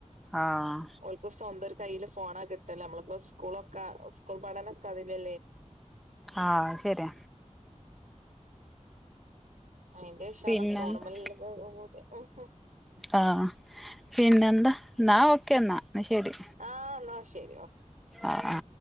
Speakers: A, in the centre; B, on the right.
A: ആഹ്
B: ഓല്ക്ക് സ്വന്തം ഒരു കയ്യില് ഫോ ഫോണാ കിട്ടല്ലേ നമ്മളിപ്പോ സ്കൂളൊക്കെ സ്കൂൾ പഠനൊക്കെ അതില്
A: ആഹ് ശരിയാ
B: അയിന്റെ ശേഷാണ്
A: പിന്നെന്താ
B: ഫോണല്ല കൂ <unintelligible>
A: ആഹ് പിന്നെന്ത് നാ ഒക്കെന്നാ. എന്ന ശെരി.
B: ആഹ് എന്നാ ശരി ഓക്കെ
A: ആഹ് ആ